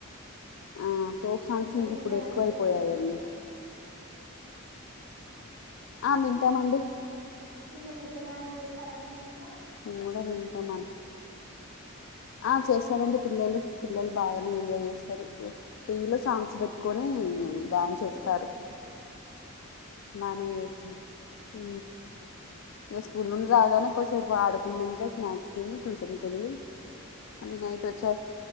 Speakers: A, on the left; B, on the right.
A: ఆ ఫోక్ సాంగ్స్
B: మీరు
A: ఇంక
B: వింటారా
A: ఇప్పుడు ఎక్కువైపోయాయండి
B: అండి ఫోక్ సాంగ్స్ ఇట్లా
A: ఆ వింటాడండి
B: పిల్లలకి ఇట్లా డ్యాన్స్ చేస్తారా అండి మీ ఇంట్లో
A: మేము కూడా వింటామం ఆ చేస్తారండి పిల్లలు పిల్లలు బాగానే ఎంజాయ్ చేస్తారు టీవీ లో సాంగ్స్ పెట్టుకొని
B: ఉహు
A: డ్యాన్స్
B: మా పిల్లలు
A: ఇస్తారు
B: కూడా అంతే
A: బనే చేస్తాను ఉ... ఏ స్కూల్ నుండి రాగానే కొసేపు ఆడుకున్నాక స్నాక్స్ తిని ట్యూషన్ ఎల్లి మళ్ళీ నైట్ వచ్చా